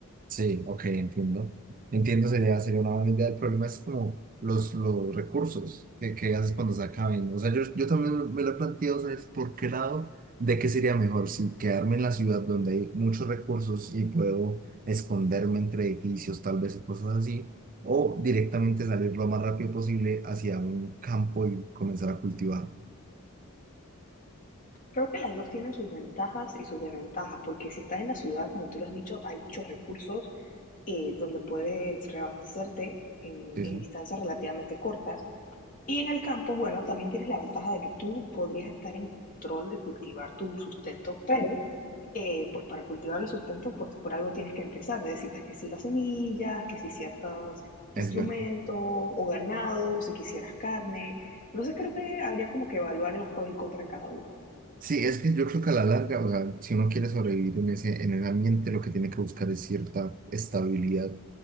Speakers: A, on the right; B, on the left.
A: Sí, ok, entiendo. Entiendo, sería, sería una buena idea. El problema es como los, los recursos que, que haces cuando se acaben. O sea, yo, yo también me lo he planteado, ¿sabes? ¿Por qué lado? ¿De qué sería mejor? Si quedarme en la ciudad donde hay muchos recursos y puedo esconderme entre edificios, tal vez, o cosas así, o directamente salir lo más rápido posible hacia un campo y comenzar a cultivar.
B: Creo que las 2 tienen sus ventajas y sus desventajas, porque si estás en la ciudad, como tú lo has dicho, hay muchos recursos eh, donde puedes reabastecerte en,
A: Eso
B: en distancias relativamente cortas. Y en el campo, bueno, también tienes la ventaja de que tú podrías estar en control de cultivar tu sustento, pero eh, pues para cultivar el sustento, pues por algo tienes que empezar. Necesitas que sí las semillas, que sí ciertos
A: es
B: instrumentos
A: verdad.
B: o ganado, si quisieras carne. Entonces creo que habría como que evaluar los pros y contras de cada uno.
A: Sí, es que yo creo que a la larga, o sea, si uno quiere sobrevivir en ese, en ese ambiente, lo que tiene que buscar es cierta estabilidad